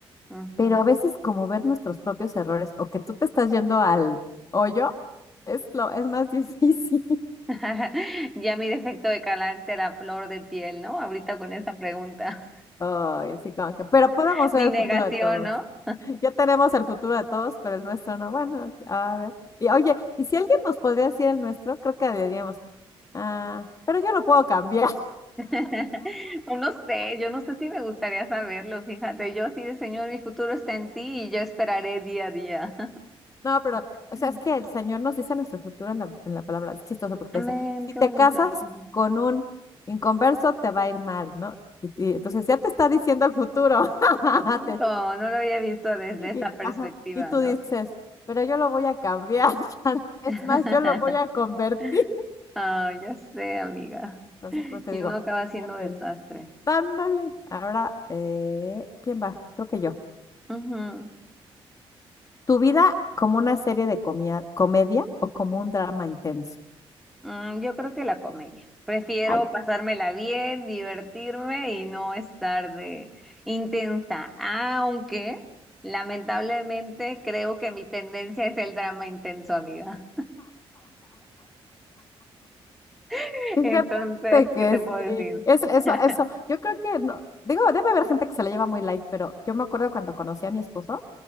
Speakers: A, in the centre; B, on the left (about 35°).
A: ujú,
B: Pero
A: ujú.
B: a veces como ver nuestros propios errores o que tú te estás yendo al hoyo es lo es más <laughs> difícil.
A: <laughs> Ya mi defecto de carácter a flor de piel, ¿no? Ahorita con esta pregunta.
B: Ay, sí, como que, pero podemos
A: <laughs>
B: ver
A: Mi
B: el
A: negación,
B: futuro de todos.
A: ¿no?
B: Ya tenemos el futuro de todos, pero el nuestro no. Bueno, a ver. Y oye, y si alguien nos podría decir el nuestro, creo que diríamos, ah, pero yo lo puedo cambiar.
A: <laughs> O No sé, yo no sé si me gustaría saberlo, fíjate, yo sí de Señor, mi futuro está en ti y yo esperaré día a día.
B: No, pero,
A: <laughs>
B: o sea, es que el Señor nos dice nuestro futuro en la, en la palabra. Es chistoso porque
A: Amén,
B: dice, si
A: qué
B: te
A: bonito.
B: casas
A: Sí.
B: con un inconverso, te va a ir mal, ¿no? Y, y entonces ya te está diciendo el futuro. <laughs>
A: Muy bonito,
B: Te-
A: no lo había visto desde
B: y,
A: esa perspectiva,
B: ajá, y tú
A: ¿no?
B: dices, pero yo lo voy a cambiar. <laughs> Es
A: <laughs>
B: más, yo lo voy a convertir.
A: Ah, ya sé, amiga.
B: Entonces,
A: Y
B: pues te digo,
A: uno acaba siendo
B: fíjate,
A: desastre.
B: dándole. Ahora, eh, ¿quién va? Creo que yo.
A: Ujú.
B: ¿Tu vida como una serie de comia- comedia o como un drama intenso?
A: Mm, yo creo que la comedia. Prefiero
B: Ay,
A: pasármela bien, divertirme y no estar de intensa. Aunque, lamentablemente, creo que mi tendencia es el drama intenso, amiga. <laughs>
B: Fíjate
A: Entonces,
B: que
A: ¿qué te
B: sí,
A: puedo decir?
B: eso, eso,
A: <laughs>
B: eso, yo creo que no, digo, debe haber gente que se la lleva muy light, pero yo me acuerdo cuando conocí a mi esposo,